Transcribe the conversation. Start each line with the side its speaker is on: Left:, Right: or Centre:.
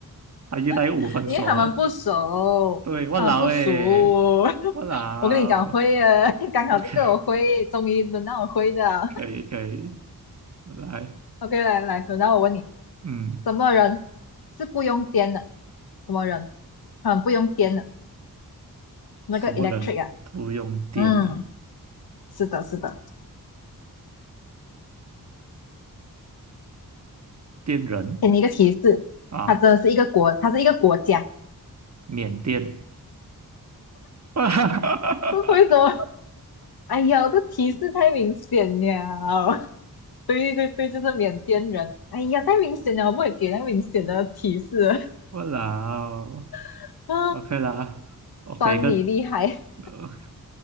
Right: 啊，遇到五分熟了，
Left: <laughs> 因为他们不熟，
Right: 对，我老诶，
Left: 他们不熟。<laughs>
Right: 我老
Left: 我跟你讲会了，<laughs> 刚好这个我会，
Right: ，OK。
Left: 终于轮到我会的
Right: 可以可以，来，
Left: OK，来来，轮到我问你，
Right: 嗯，
Left: 什么人是不用电的？什么人？很不用电的那个
Right: 什么人不用电呢、
Left: electric 啊，嗯，是的，是的，
Right: 电人
Left: 给你一个提示，
Right: 啊，
Left: 它真的是一个国，它是一个国家。
Right: 缅甸，<laughs>
Left: 为什么？哎呀，这提示太明显了。<laughs> 对对对，就是缅甸人。哎呀，太明显了，我不会给那明显的提示了
Right: 我老
Left: <laughs> 啊，
Right: ，OK 啦，我给一个，
Left: 算你厉害，
Right: 呃，